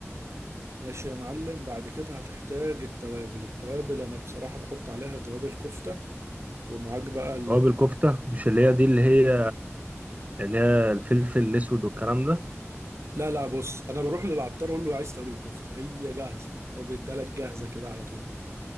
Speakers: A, on the right; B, on the right.
A: ماشي يا معلم بعد كده هتحتاج التوابل التوابل أنا بصراحة بحط عليها توابل كفتة ومعاك بقى
B: توابل كفتة مش اللي هي دي اللي هي اللي هي الفلفل الأسود والكلام ده
A: لا لا بص انا بروح للعطار اقول له عايز توابل كفته هي جاهزه هو بيدالك جاهزه كده على طول